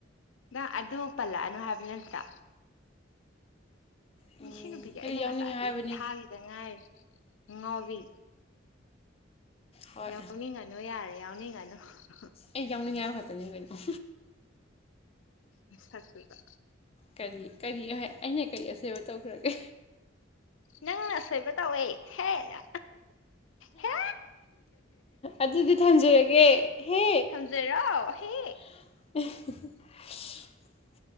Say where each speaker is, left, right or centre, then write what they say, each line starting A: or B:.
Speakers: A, on the left; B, on the left.
A: ꯅꯪ ꯑꯗꯨ ꯄꯜꯂꯛꯑꯅꯨ ꯍꯥꯏꯕ ꯅꯠꯇ꯭ꯔ
B: ꯎꯝ
A: ꯃꯤꯁꯤ ꯅꯨꯄꯤꯁꯦ
B: ꯍꯥꯏꯗꯤ
A: ꯑꯩꯅ
B: ꯌꯥꯎꯅꯤꯡꯉꯦ
A: ꯉꯁꯥꯏꯗꯖꯨ
B: ꯍꯥꯏꯕꯅꯤ
A: ꯊꯥꯈꯤꯗ ꯉꯥꯏ ꯉꯥꯎꯕꯤ
B: ꯍꯣꯏ
A: ꯌꯥꯎꯅꯤꯡꯉꯅꯨ ꯌꯥꯔꯦ ꯌꯥꯎꯅꯤꯡꯉ ꯑ <unintelligible>
B: ꯑꯩ ꯌꯧꯅꯤꯡꯉꯦ ꯍꯥꯏꯕ ꯈꯛꯇꯅꯦ <unintelligible>
A: ꯅꯁꯛꯇꯨꯒ
B: ꯀꯔꯤ ꯀꯔꯤ ꯍꯥꯏ ꯑꯩꯅ ꯀꯔꯤ ꯑꯁꯣꯏꯕ ꯇꯧꯈ꯭ꯔꯒꯦ
A: ꯅꯪ ꯑꯁꯣꯏꯕ ꯇꯧꯋꯦ ꯍꯦꯅ ꯍꯦ
B: ꯑꯗꯨꯗꯤ ꯊꯝꯖꯔꯒꯦ ꯍꯦ
A: ꯊꯝꯖꯔꯣ ꯍꯦ
B: <inaudible>